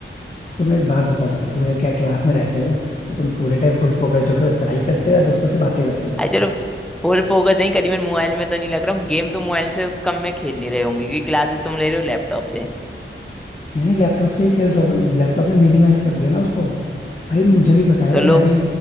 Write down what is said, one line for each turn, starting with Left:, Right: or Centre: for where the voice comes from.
Left: तुम एक बात बताओ भाई पूरे क्या क्लास में रहते हो तो तुम पूरे टाइम फुल फोकस्ड होके बस पढ़ाई करते हो या दोस्तों से बातें करते हो
Centre: अरे चलो फुल फोकस नहीं करीबन मोबाइल में तो नहीं लग रहा हूँ गेम तो मोबाइल से कम में खेल नहीं रहे होंगे क्योंकि क्लासेस तुम ले रहे हो लैपटॉप से
Left: नहीं लैपटॉप से ही खेल रहा हूँ भाई लैपटॉप में मिनिमाइज कर दिया ना उसको भाई मुझे भी पता है
Centre: तो लो
Left: मैं भी